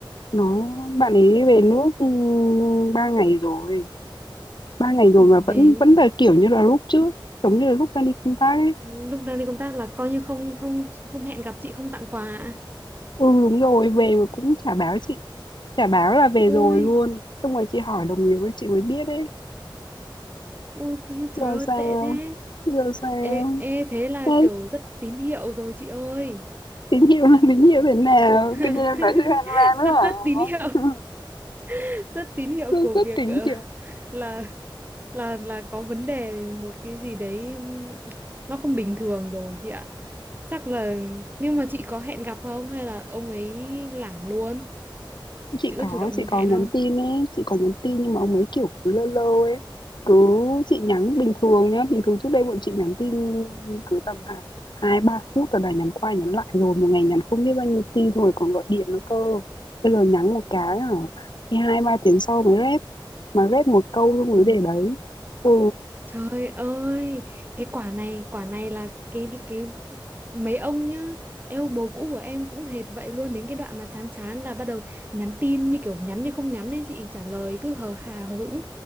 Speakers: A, on the left; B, on the right.
A: nó bạn ấy về nước ừ, ba ngày rồi ba ngày rồi mà
B: về
A: vẫn vẫn là kiểu như là lúc trước giống như là lúc đang đi công tác ấy
B: lúc đang đi công tác là coi như không không không hẹn gặp chị không tặng quà ạ.
A: ừ đúng rồi về mà cũng chả báo chị chả báo là về rồi
B: Ôi,
A: luôn xong rồi chị hỏi đồng nghiệp ấy, chị mới biết ấy
B: ôi kì- trời
A: giờ
B: ơi
A: sao
B: tệ thế.
A: giờ sao
B: Ê, ê thế là
A: Đấy,
B: kiểu rất tín hiệu rồi chị ơi.
A: Tình yêu là tình yêu thế nào?
B: <laughs>
A: Tự nhiên em nói chuyện hoang mang nữa
B: Rất
A: hả?
B: rất tín hiệu,
A: <laughs>
B: <laughs> rất tín hiệu
A: Rất,
B: của
A: rất
B: việc
A: tính
B: ờ,
A: kiểu
B: là là là có vấn đề một cái gì đấy nó không bình thường rồi chị ạ chắc là nhưng mà chị có hẹn gặp không hay là ông ấy lảng luôn
A: chị
B: chị
A: có
B: có chủ động
A: chị có
B: hẹn
A: nhắn
B: không
A: tin ấy chị có nhắn tin nhưng mà ông ấy kiểu cứ lơ lơ ấy cứ chị nhắn bình thường nhá bình thường trước đây bọn chị nhắn tin cứ tầm hạt hai ba phút rồi đã nhắn qua nhắn lại rồi một ngày nhắn không biết bao nhiêu tin rồi còn gọi điện nữa cơ bây giờ nhắn một cái hả thì hai ba tiếng sau mới rep mà rep một câu xong
B: Ừ.
A: mới để đấy ừ
B: trời ơi cái quả này quả này là cái cái mấy ông nhá yêu bồ cũ của em cũng hệt vậy luôn đến cái đoạn mà chán chán là bắt đầu nhắn tin như kiểu nhắn như không nhắn ấy chị trả lời cứ hờ hà hờ hững